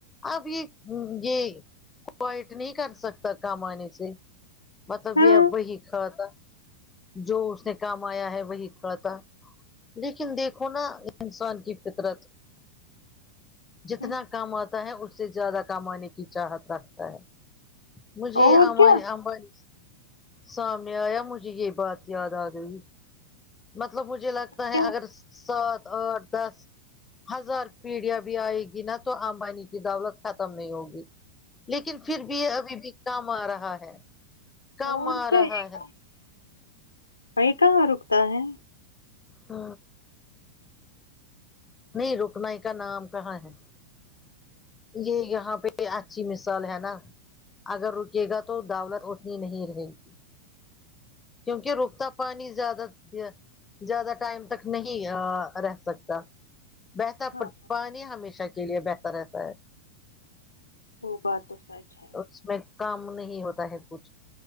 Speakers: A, on the left (about 15°); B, on the left (about 80°).
A: اب یہ یہ کوائٹ نہیں کر سکتا کامانے سے مطلب
B: ہاں
A: یہ وہی کھاتا جو اس نے کمایا ہے وہی کھاتا لیکن دیکھو نا انسان کی فطرت جتنا
B: ہوں
A: کام آتا ہے اس سے زیادہ کام آنے کی چاہت رکھتا ہے مجھے
B: اور
A: یہانی
B: کیا
A: امبانی سامنے آیا مجھے یہ بات یاد آ گئی مطلب مجھے لگتا ہے
B: کیا
A: اگر سات آٹھ دس ہزار پیڑیا بھی آئے گی نا تو امبانی کی دولت ختم نہیں ہوگی لیکن پھر بھی ابھی بھی کام آ رہا ہے کام
B: اور
A: آ
B: کیا
A: رہا
B: یہ
A: ہے
B: کہاں یہ کہاں رکتا ہے
A: ہ نہیں رکنے کا نام کہاں ہے یہ یہاں پہ اچھی مثال ہے نا اگر رکے گا تو دولت اتنی نہیں رہے گی کیونکہ رکتا پانی زیادہ دیا زیادہ ٹائم تک نہیں ا رہ سکتا بہتا
B: ہاں
A: پانی ہمیشہ کے لیے بہتر رہتا ہے
B: وہ بات تو سچ ہے
A: اس میں کام نہیں ہوتا ہے کچھ